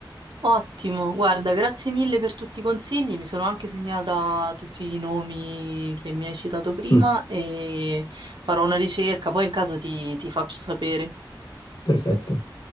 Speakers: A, on the right; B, on the left.
A: Ottimo, guarda, grazie mille per tutti i consigli, mi sono anche segnata tutti i nomi che mi hai citato prima
B: me.
A: e farò una ricerca, poi in caso ti ti faccio sapere.
B: <laughs> Perfetto.